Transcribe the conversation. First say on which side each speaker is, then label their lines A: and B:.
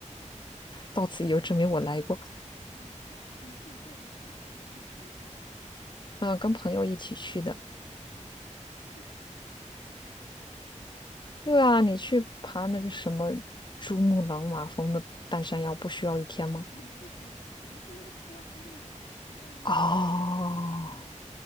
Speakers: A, on the left (about 35°); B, on the left (about 70°).
A: 到此一游，证明我来过。
B: 那你能爬？你是一个人去的吗？还是跟朋友去的？
A: 嗯、跟朋友一起去的。
B: 爬一天，好厉害！
A: 对啊，你去爬那个什么珠穆朗玛峰的半山腰，不需要一天吗？
B: 我我们不需要爬，我们是那个车开上去的。我们到了那个那个本地，
A: 哦，